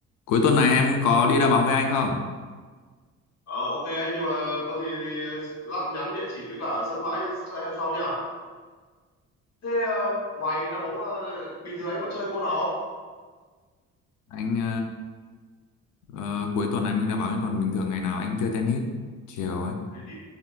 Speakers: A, on the left; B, on the left.
A: Cuối tuần này em có đi đá bóng với anh không?
B: Ờ, ok anh nhưng mà có gì thì lát nhắn địa chỉ với cả sân bãi cho em sau nha. Thế ờ, ngoài đá bóng ờ, bình thường anh có chơi môn nào không?
A: Anh ờ, ờ, cuối tuần này mình đá bóng chứ còn bình thường ngày nào anh chơi tennis chiều ấy.
B: Tennis.